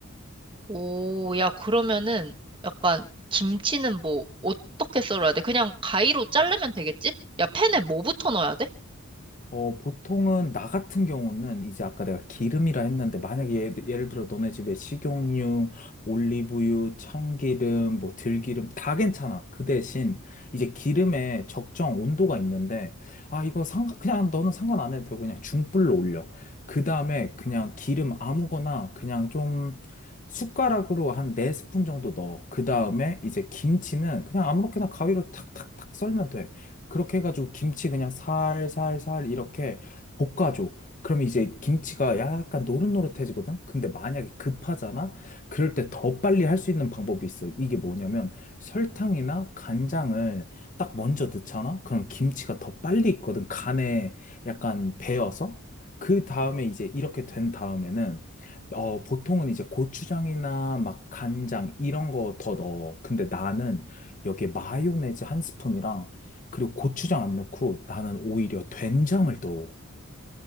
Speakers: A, on the right (about 20°); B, on the left (about 35°).
A: 오, 야, 그러면은 약간 김치는 뭐 어떻게 썰어야 돼? 그냥 가위로 자르면 되겠지? 야, 팬에 뭐부터 넣어야 돼?
B: 어, 보통은, 나 같은 경우는, 이제 아까 내가 기름이라 했는데, 만약에 예를, 예를 들어 너네 집에 식용유, 올리브유, 참기름, 뭐 들기름, 다 괜찮아. 그 대신, 이제 기름에 적정 온도가 있는데, 아, 이거 상, 그냥 너는 상관 안 해도 되고, 그냥 중불로 올려. 그 다음에 그냥 기름 아무거나, 그냥 좀, 숟가락으로 한 네스푼 정도 넣어. 그 다음에 이제 김치는 그냥 아무렇게나 가위로 탁탁탁 썰면 돼. 그렇게 해가지고 김치 그냥 살살살 이렇게 볶아줘. 그럼 이제 김치가 약간 노릇노릇해지거든? 근데 만약에 급하잖아? 그럴 때 더 빨리 할 수 있는 방법이 있어. 이게 뭐냐면 설탕이나 간장을 딱 먼저 넣잖아? 그럼 김치가 더 빨리 익거든. 간에 약간 배어서. 그 다음에 이제 이렇게 된 다음에는 어, 보통은 이제 고추장이나 막 간장 이런 거 더 넣어. 근데 나는 여기에 마요네즈 한 스푼이랑 그리고 고추장 안 넣고 나는 오히려 된장을 또